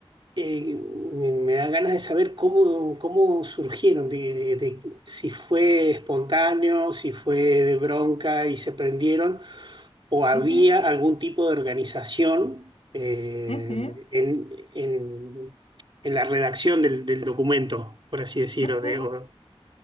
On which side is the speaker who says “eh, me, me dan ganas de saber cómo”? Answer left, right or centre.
Right